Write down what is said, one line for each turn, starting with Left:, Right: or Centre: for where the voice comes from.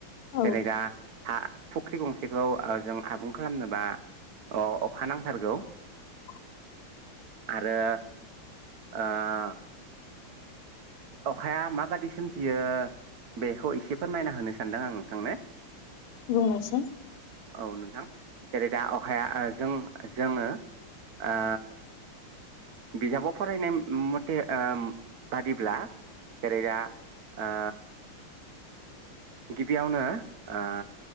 Left: औ
Right: जेरै दा हा फुख्रि गंसेखौ जों आबुं खालामनोबा अ-अखा नांथारगौ।
Left: <inaudible>
Right: आरो ओ अखाया माबादि सोमजियो बेखौ एसे फोरमायना होनो सानदों आं नोंथांनो
Left: बुंनाइसाय
Right: औ नोंथां जेरै दा अखाया जों जोङो, ओ बिजाबाव फरायनाय मथे ओ बादिब्ला, जेरैदा ओ गिबियावनो ओ